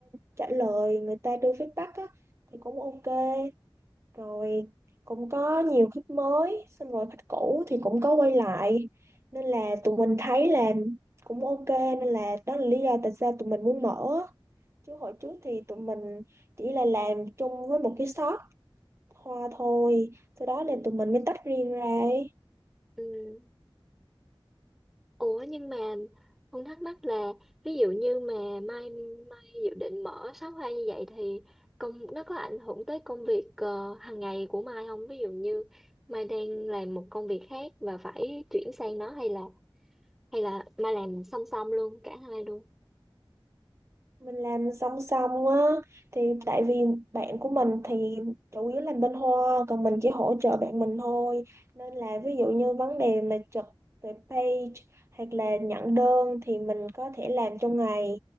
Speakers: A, on the right; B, in the centre.
A: trả lời người ta đưa feedback á thì cũng ok rồi cũng có nhiều khách mới xong rồi khách cũ thì cũng có quay lại nên là tụi mình thấy là cũng ok nên là đó là lý do tại sao tụi mình muốn mở chứ hồi trước thì tụi mình chỉ là làm chung với một cái shop hoa thôi sau đó là tụi mình mới tách riêng ra ấy.
B: Ừ. Ủa nhưng mà Hùng thắc mắc là ví dụ như mà mai mai dự định mở shop hoa như vậy thì công nó có ảnh hưởng tới công việc ờ, hàng ngày của Mai không? Ví dụ như Mai đang làm một công việc khác và phải chuyển sang nó hay là hay là Mai làm song song luôn cả hai luôn.
A: mình làm song song á thì tại vì bạn của mình thì chủ yếu làm bên hoa còn mình chỉ hỗ trợ bạn mình thôi nên là ví dụ như vấn đề mà trực về page hoặc là nhận đơn thì mình có thể làm trong ngày